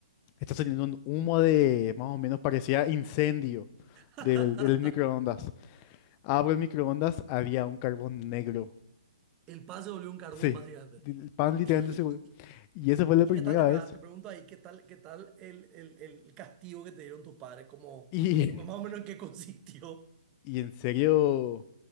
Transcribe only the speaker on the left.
está saliendo un humo de más o menos parecía incendio
del, del microondas. Abro el microondas, había un carbón negro
Sí,
el pan literalmente
seguro. Y esa fue la
primera
vez.
Y,
y en serio,